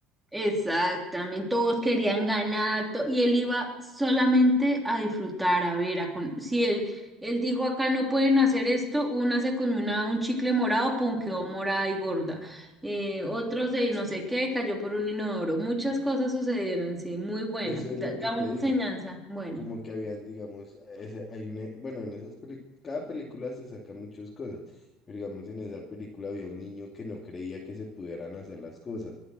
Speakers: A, in the centre; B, on the left.
A: Exactamente, todos querían ganar to- y él iba solamente a disfrutar, a ver, a con- si él, él dijo acá no pueden hacer esto, una se comió una- un chicle morado, pum, quedó morada y gorda, eh, otro se no sé qué, cayó por un inodoro, muchas cosas sucedieron, sí, muy buena,
B: Eso es
A: da,
B: lo
A: da
B: que te
A: una
B: digo.
A: enseñanza, buena.
B: Como que habían, digamos, ese, hay una, bueno, en esas películas, cada película se saca muchas cosas, pero digamos, en esa película había un niño que no creía que se pudieran hacer las cosas,